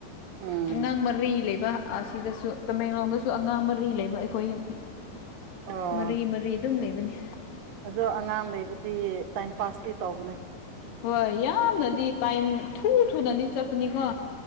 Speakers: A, on the right; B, on the left.
A: ꯎꯝ
B: ꯑꯉꯥꯡ ꯃꯔꯤ ꯂꯩꯕ ꯑꯁꯤꯗꯁꯨ ꯇꯃꯦꯡꯂꯣꯡꯗꯁꯨ ꯑꯉꯥꯡꯔꯤ ꯔꯤ ꯂꯩꯕ ꯑꯩꯈꯣꯏ ꯌꯨꯝ
A: ꯑꯣ
B: ꯃꯔꯤ ꯃꯔꯤ ꯑꯗꯨꯝ ꯂꯩꯕꯅꯤ
A: ꯑꯗꯣ ꯑꯉꯥꯡ ꯂꯩꯕꯗꯤ ꯇꯥꯏꯝ ꯄꯥꯁꯇꯤ ꯇꯧꯕꯅꯦ
B: ꯍꯣꯏ ꯌꯥꯝꯅꯗꯤ ꯇꯥꯏꯝ ꯊꯨ ꯊꯨꯅꯗꯤ ꯆꯠꯄꯅꯤꯀꯣ